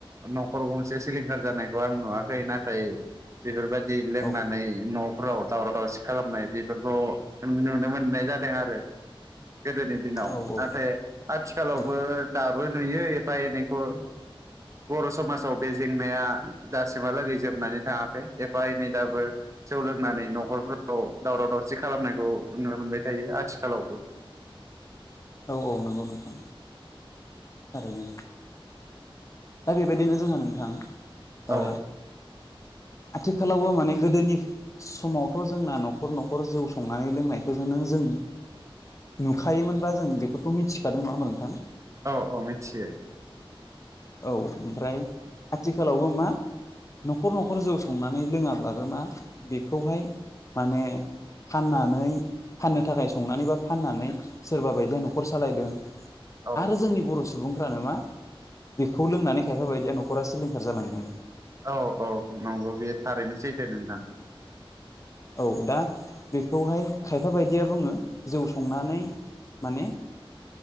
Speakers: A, on the right; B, on the left.
A: न'खर गंसे सिलिंखार जानायखौ आं नुवाखै। नाथाय बेफोरबा दि लोंनानै
B: औ
A: न'फोराव दावराव दावसि खालामनाय बेफोरखौ नुनो मोननाय जादों आरो। गोदोनि दिनाव
B: औ औ
A: नाथाय आथिखालावबो
B: औ
A: दाबो नुयो एफा एनैखौ। बर' समाजाव बे जेंनाया दासिमहालागै जोबनानै थाङाखै एफा एनै दाबो जौ लोंनानै न'खरफोराव दावराव दावसि खालामनायखौ नुनो मोनबाय थायो आथिखालावबो।
B: औ औ नंगौ नोंथां। थारैनो दा बेबायदिनो जोंङो नोंथां ओ
A: औ
B: आथिखालावबो माने गोदोनि समावथ' जोंना न'खर न'खर जौ संनानै लोंनायखौनो जों नुखायोमोनबा जों बेफोरखौ मिथिखादों नङा होमबा नोंथां?
A: औ औ मिथियो।
B: औ ओमफ्राय आथिखालावबो मा? न'खर न'खर जौ संनानै लोङाब्लाबो मा बेखौहाय माने फाननानै फाननो थाखाय संनानै बा फाननानै सोरबा बायदिया न'खर सालायदों
A: औ
B: आरो जोंनि बर' सुबुंफ्रानो मा बेखौ लोंनानै खायफा बायदिया न'खरा सिलिंखार जालांदों।
A: औ औ नंगौ बे थारैनो सैथो नोंथां
B: औ दा बेखौहाय खायफा बायदिया बुङो जौ संनानै माने